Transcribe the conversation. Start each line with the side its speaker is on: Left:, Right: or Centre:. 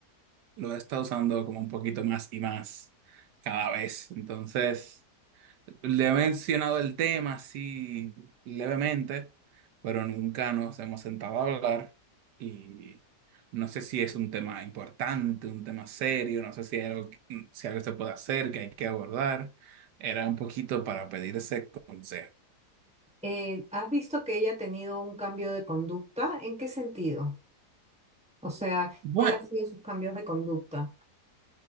Right: lo he estado usando como un poquito más y más cada vez. Entonces, le he mencionado el tema así levemente, pero nunca nos hemos sentado a hablar y no sé si es un tema importante, un tema serio, no sé si hay algo, que- mm, si algo se puede hacer, que hay que abordar. Era un poquito para pedir ese consejo.
Centre: Eh, ¿has visto que ella ha tenido un cambio de conducta? ¿En qué sentido? O sea,
Right: bueno
Centre: ¿cuáles han sido sus cambios de conducta?